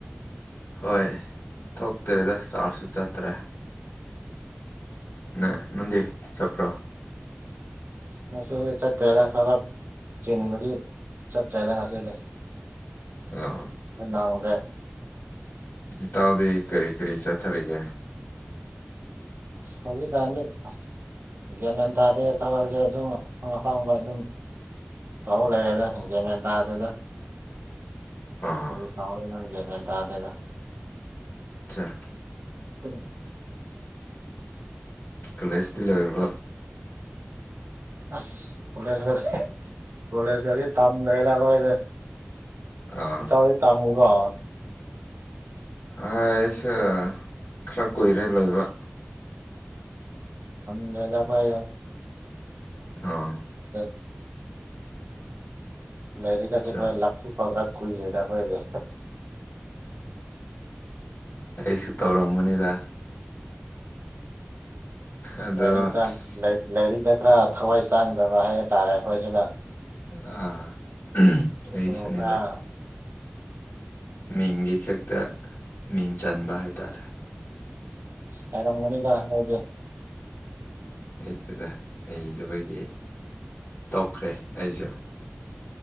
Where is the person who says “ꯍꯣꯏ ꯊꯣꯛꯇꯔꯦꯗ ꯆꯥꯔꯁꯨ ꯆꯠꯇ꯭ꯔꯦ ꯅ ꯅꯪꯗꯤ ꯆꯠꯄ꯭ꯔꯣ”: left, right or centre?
Left